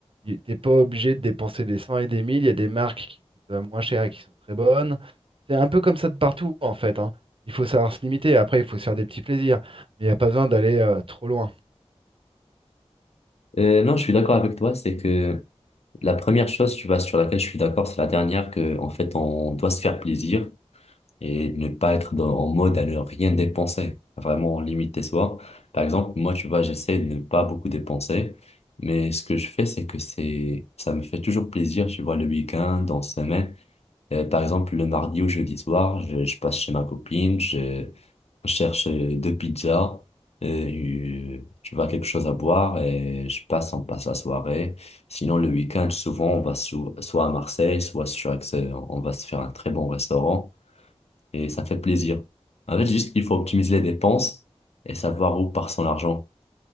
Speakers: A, on the right (about 55°); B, on the left (about 70°).
A: Tu n'es pas obligé de dépenser des cents et des mille. Il y a des marques qui coûtent euh, moins cher et qui sont très bonnes. C'est un peu comme ça de partout en fait, hein. Il faut savoir se limiter. Après, il faut se faire des petits plaisirs, mais il n'y a pas besoin d'aller euh, trop loin.
B: Euh, non, je suis d'accord avec toi. C'est que la première chose, tu vois, sur laquelle je suis d'accord, c'est la dernière que, en fait, on doit se faire plaisir. et de ne pas être dans- en mode à ne rien dépenser, à vraiment limiter soi. Par exemple, moi, tu vois, j'essaie de ne pas beaucoup dépenser, mais ce que je fais, c'est que c'est, ça me fait toujours plaisir, tu vois, le week-end, en semaine. Euh, par exemple, le mardi ou jeudi soir, je, je passe chez ma copine, je cherche euh, deux pizzas, euh, euh, tu vois, quelque chose à boire et je passe, on passe la soirée. Sinon, le week-end, souvent, on va sou- soit à Marseille, soit sur Aix, euh, on va se faire un très bon restaurant et ça fait plaisir. En fait, juste il faut optimiser les dépenses et savoir où part son argent.